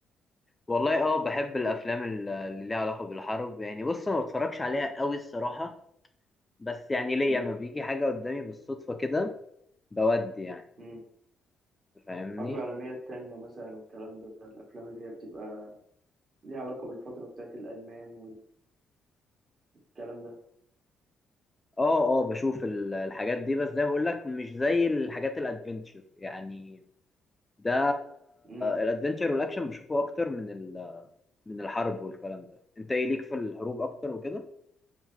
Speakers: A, on the left; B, on the right.
A: والله اه بحب الافلام ال- اللي ليها علاقة بالحرب يعني بص ما بتفرجش عليها قوي الصراحة بس يعني ليا
B: مم.
A: ما بيجي حاجة قدامي بالصدفة كده بودي يعني
B: مم.
A: فاهمني
B: حرب العالميه التانية مثلا والكلام ده الافلام اللي هي بتبقى ليها علاقه بالفتره بتاعت الالمان والكلام ده
A: اه اه بشوف ال- الحاجات دي بس زي ما بقول لك مش زي الحاجات الادفنتشر يعني ده
B: مم.
A: الادفنتشر والاكشن بشوفه اكتر من ال من الحرب والكلام ده انت ايه ليك في الحروب اكتر وكده